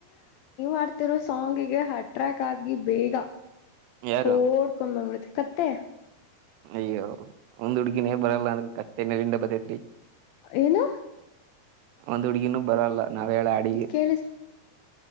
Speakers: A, on the left; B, on the right.
A: ಹಡ್ತಿರೋ ಸಾಂಗಗೆ ಹ ಟ್ರ್ಯಾಕ್ ಆಗಿ ಬೇಗ
B: ಯಾರು
A: <inaudible> ಕತ್ತೆ
B: ಅಯ್ಯೋ ಒಂದ್ ಹುಡ್ಗಿನೇ ಬರಲ್ಲ ಅಂದ್ರೆ ಕತ್ತೆ ನೆಲಿಂದ ಬತೈೇತ್ರಿ
A: ಏನ
B: ಒಂದ್ ಹುಡ್ಗಿನೂ ಬರಲ್ಲ ನಾವ್ ಹೇಳ ಅಡಿಗೆ
A: ಕೇಳಿಸ